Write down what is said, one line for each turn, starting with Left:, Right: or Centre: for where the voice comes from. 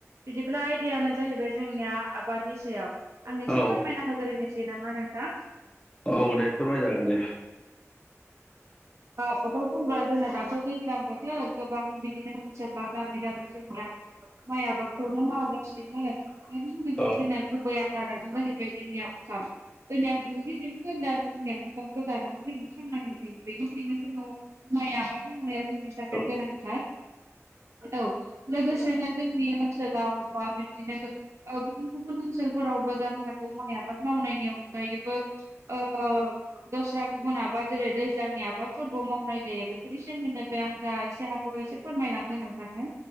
Right: बिदिब्ला आयदायानो जाहैबाय जोंनिया आबादनि सायाव आं एसे
Left: औ
Right: फोरमायना होग्रोनोसै नामा नोंथां?
Left: औ दे फोरमाय जागोन दे
Right: औ आफा बुंबा जोंना दाथ' दैज्लां बोथोर गोबां बिदिनो सोरबा गामि गामि जोंनिया माइ आबादखौनो मावहै गासिनो मानो होनोब्ला
Left: औ
Right: जोंना गुबै आ <inaudible> जोंनिया ओंखाम जोंनिया गुजि जौखोन्दो आनो जोंनिया ओंखामखौ जानानै जों थाङो जायो बेनिखायनो जोङो माइ आबाद मावनाया जोंनि थाखाय
Left: औ
Right: गोनांथार औ लोगोस सेनो जोंनि ओनसोलाव बा बिबदिनो ओ गुबुन गुबुन ओनसोलफोराव जानो हागौ माइ आबाद मावनायनि अनगायैबो ओ दस्रा गुबुन आबाद जेरै दैज ज्लांनि आबादफोरबो मावनाय जायो बेफोरनि सोमोन्दो बे आं दा एसे हागौ एसे फोरमायलांगोन नोंथांनो।